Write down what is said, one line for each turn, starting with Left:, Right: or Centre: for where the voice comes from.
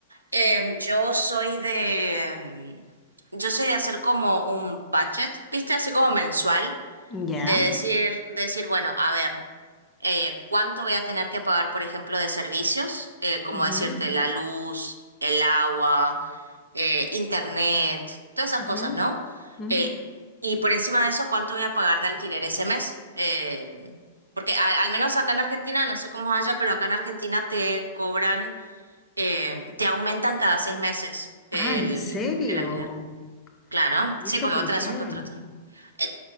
Right: em, yo soy de, em, yo soy de hacer como un budget, ¿viste? Así como mensual,
Left: Ya.
Right: de decir, decir, bueno, a ver. eh, cuánto voy a tener que pagar, por ejemplo, de servicios, eh, como
Left: ujú,
Right: decirte, la luz, el agua, eh, internet, todas esas
Left: ujú,
Right: cosas, ¿no?
Left: ujú.
Right: Eh, y por encima de eso, cuánto voy a pagar de alquiler ese mes. Eh, porque a- al menos acá en Argentina, no sé cómo es allá, pero acá en Argentina te cobran, eh, te aumentan cada seis meses el,
Left: Ah, ¿en serio?
Right: el alquiler. Claro,
Left: ¿Y
Right: sí,
Left: eso
Right: porque
Left: por
Right: vos tenés
Left: qué?
Right: un contrato. Eh,